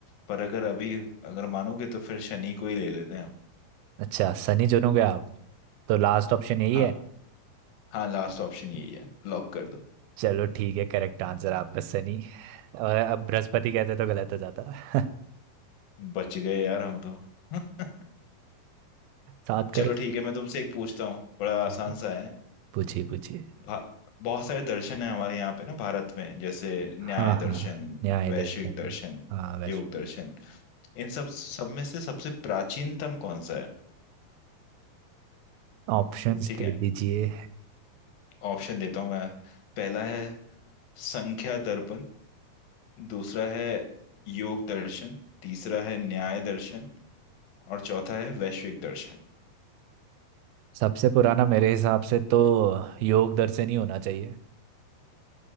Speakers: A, on the left; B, on the right.
A: पर अगर अभी अगर मानोगे तो फिर शनि को ही ले लेते हैं हम
B: अच्छा शनि चुनोगे आप तो लास्ट ऑप्शन यही
A: हाँ
B: है
A: हाँ लास्ट ऑप्शन यही है लॉक कर दो
B: चलो ठीक है करेक्ट आंसर आपका शनि और अब बृहस्पति कहते तो गलत हो जाता <laughs>
A: बच गए यार हम तो <laughs>
B: सात
A: चलो
B: करो
A: ठीक है मैं तुमसे एक पूछता हूँ बड़ा आसान
B: ठीक है,
A: सा है
B: पूछिए पूछिए
A: भा- बहुत सारे दर्शन है हमारे यहाँ पे ना भारत में जैसे न्याय
B: हाँ
A: दर्शन
B: हाँ न्याय
A: वैश्विक
B: दर्शन
A: दर्शन
B: हाँ वैसे
A: योग दर्शन इन सब सब में से सबसे प्राचीनतम कौन सा है
B: ऑप्शंस
A: ठीक है
B: दे दीजिए
A: ऑप्शन देता हूँ मैं पहला है संख्या दर्पण दूसरा है योग दर्शन तीसरा है न्याय दर्शन और चौथा है वैश्विक दर्शन
B: सबसे पुराना मेरे हिसाब से तो योग दर्शन ही होना चाहिए